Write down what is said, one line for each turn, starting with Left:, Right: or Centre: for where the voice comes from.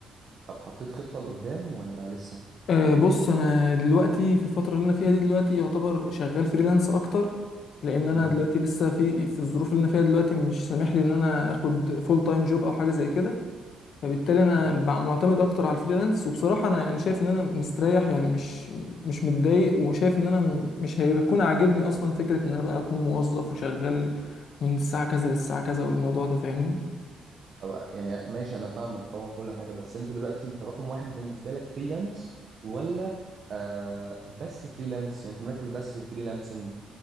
Right: طب حطيت خطه لقدام ولا لسه
Left: أه بص انا دلوقتي في الفتره اللي انا فيها دي دلوقتي يعتبر شغال فريلانس اكتر لان انا
Right: مم.
Left: دلوقتي لسه في في الظروف اللي انا فيها دلوقتي مش سامح لي ان انا اخد فول تايم جوب او حاجه زي كده فبالتالي انا
Right: مم.
Left: ب- معتمد اكتر على الفريلانس وبصراحه انا يعني شايف ان انا مستريح يعني مش مش متضايق وشايف ان انا م- مش هيكون عاجبني اصلا فكره ان انا بقى اكون موظف وشغال من الساعه كذا للساعه كذا والموضوع ده فاهمني
Right: طب يعني ماشي انا فاهمك طبعا كل حاجه بس انت دلوقتي انت رقم واحد بالنسبه لك فريلانس ولا آه بس فريلانس يعني انت مركز بس في فريلانسنج